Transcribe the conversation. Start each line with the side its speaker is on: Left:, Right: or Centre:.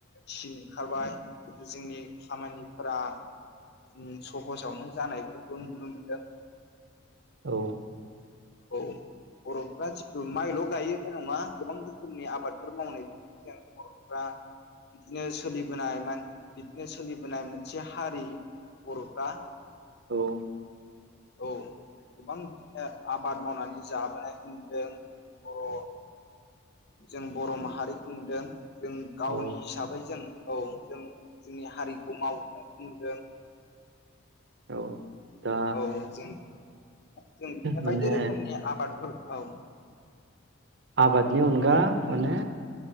Left: सिन ओंखारबाय जिथु जोंनि खामानिफोरा ओ सहसावनो जानायफोरखौ नुनो मोनदों
Right: औ
Left: औ बर'फ्रा जितु माइल' गायो बे नङा गोबां रोखोमनि आबादफोर मावनाय जा जोंना बर'फ्रा बिदिनो सोलिबोनाय बिदिनो सोलिबोनाय मोनसे हारि बर'फ्रा
Right: औ
Left: औ गोबां बिदिनो आबाद मावनानै जाबोनायखौ नुदों जों बर' जों बर' माहारिखौ नुदों जों गावनि
Right: औ
Left: हिसाबै जों औ जों जोंनि हारिखौ मावनायखौ नुदों
Right: औ दा
Left: औ जों जों बायदि
Right: माने
Left: रोखोमनि आबाद फोर औ
Right: आबादनि अनगा माने